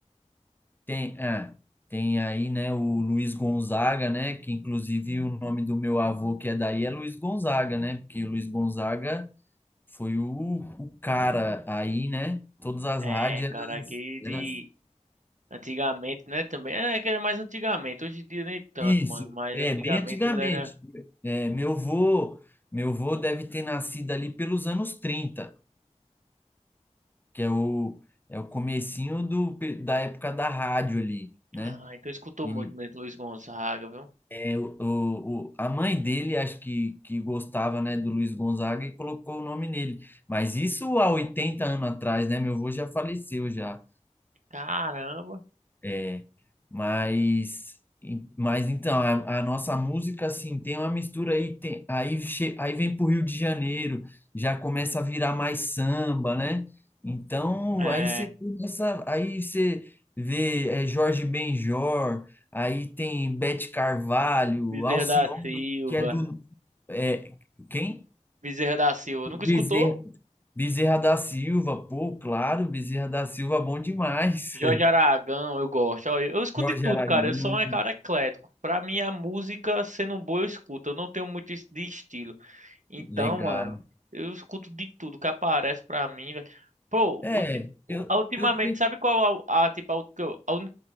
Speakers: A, on the left; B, on the right.
A: tem, ah, tem aí, né, o Luiz Gonzaga, né? Que inclusive o nome do meu avô que é daí é Luiz Gonzaga, né? Porque o Luiz Gonzaga foi o, o cara aí, né? Todas as
B: É,
A: rádios
B: cara, aqui de...
A: eram, eram-
B: Antigamente, né, também. É, que era mais antigamente. Hoje em dia nem tanto,
A: isso,
B: mano. Mas
A: é
B: antigamente
A: bem antigamente.
B: ele era...
A: É, meu avô, meu avô deve ter nascido ali pelos anos 30 que é o, é o comecinho do, pe- da época da rádio ali, né?
B: Ah, então escutou
A: E
B: muito mesmo Luiz Gonzaga, viu?
A: é o, o, o- a mãe dele, acho que, que gostava, né, do Luiz Gonzaga e colocou o nome nele. Mas isso há 80 anos atrás, né? Meu avô já faleceu já.
B: Caramba.
A: é, Mas, mas então, a, a nossa música, assim, tem uma mistura aí, tem, aí, che, aí vem pro Rio de Janeiro, já começa a virar mais samba, né? Então,
B: É,
A: aí você começa, aí você vê é, Jorge Benjor, aí tem Beth Carvalho,
B: Bezerra
A: Alcione,
B: da Silva.
A: que é do... É, quem?
B: Bezerra da Silva.
A: Bezerra,
B: Nunca escutou?
A: Bezerra da Silva, pô, claro, Bezerra da Silva, bom demais.
B: Jorge Aragão, eu gosto. Ó, Eu escuto
A: <laughs> Jorge
B: de tudo,
A: Aragão,
B: cara. Eu sou um cara eclético. Pra mim, a música, sendo boa, eu escuto. Eu não tenho muito es- de estilo. Então,
A: legal.
B: mano, eu escuto de tudo que aparece pra mim, velho. Pô,
A: É,
B: ulti-
A: eu,
B: a- ultimamente,
A: eu tenho.
B: sabe qual a, a, tipo, a, ult- que eu- a un-